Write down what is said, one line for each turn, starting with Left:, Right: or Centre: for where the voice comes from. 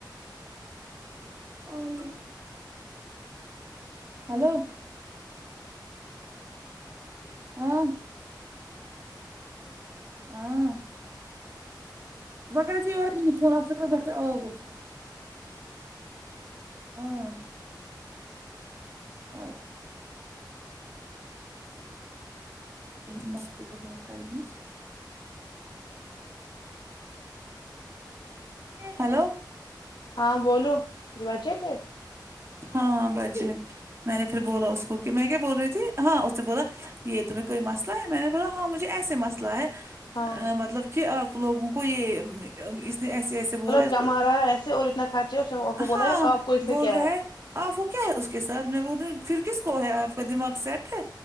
Right: آلی ہلو امم ہاں و کراے فون اکا آق <unintelligible> ہاں اچھا م ز ب تاری <unintelligible> ہیلو
Left: ہاں بولو کی بچت ہے
Right: ہاں بچے میں نے پھر بولا اس کو کہ میں کیا بول رہی تھی ہاں اس سے بولا یہ تمہیں کوئی مسئلہ ہے میں نے بولا ہاں مجھے ایسے مسئلہ ہے
Left: ہاں
Right: ا مطلب کہ آپ لوگوں کو یہ اس نے ایسے ایسے بولا اس
Left: کم
Right: کو
Left: آ رہا ہے ایسے اور اتنا خرچ ہے اس نے آپ کو بولا
Right: ہاں
Left: ہے آپ کو اس سے
Right: بول
Left: کیا
Right: رہے
Left: ہے
Right: آپ وہ کیا ہے اس کے ساتھ میں پھر کس کو ہے آپ کا دماغ سیٹ ہے